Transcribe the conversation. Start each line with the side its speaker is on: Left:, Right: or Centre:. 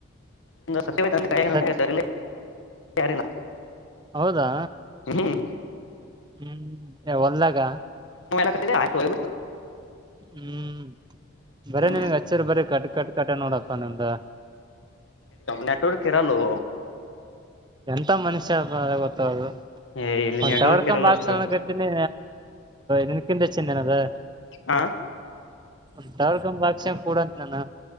Left: ಸವಾಯ
Right: ಸತ್
Left: ಸರಿ <unintelligible> ಯಾರಿಲ್ಲ
Right: ಹೌದಾ
Left: ಹ್ಮ್
Right: ಹ್ಮ್ ಹೊಲ್ದಾಗ
Left: ಆತ <unintelligible>
Right: ಹ್ಮ್ ಬರ
Left: ಹ್ಮ್
Right: ನನ್ಗ್ ಹಚ್ಚರ್ ಬರ ಕಟ್ ಕಟ್ ಕಟ ನೋಡಪ್ಪ ನಿಮ್ದ
Left: ನೆಟವರ್ಕ ಎರಲ್ಲೋ
Right: ಎಂತ ಮನುಷ್ಯ ಗೊತ್ತಾಗದು
Left: ಏ ಇಲ್ಲಿ
Right: ಒಂದು
Left: ನೆಟ್ವರ್ಕ್
Right: ಟವರ್ ಕಂಬ
Left: ಇರಲ್ಲ
Right: ಹಾಕ್ಸೋಂದಿನಿ
Left: ಅಷ್ಟು
Right: ನಿನಕಿಂತ ಹೆಚ್ಚಿದ ಅದು
Left: ಹಾ
Right: ಒಂದು ಟವರ್ ಕಂಬ ಹಾಕಸುಕೋಡು ಅಂತೀನಿ ನೀನು